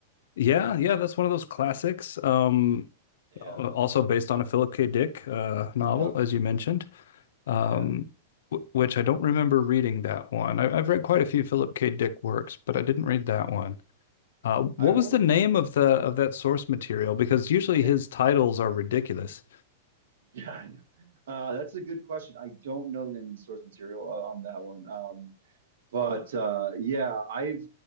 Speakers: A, on the left; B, on the right.
A: Yeah, yeah, that's one of those classics. Um,
B: Yeah.
A: also based on a Philip K. Dick uh, novel,
B: Yep.
A: as you mentioned, um,
B: Yeah.
A: w- which I don't remember reading that one. I- I've read quite a few Philip K. Dick works, but I didn't read that one. Uh, what
B: I've
A: was
B: only
A: the name of the of that source material? Because usually
B: yeah,
A: his titles are ridiculous.
B: yeah. I know. Uh, that's a good question. I don't know the name of the source material uh, on that one. Um, But uh, yeah, I've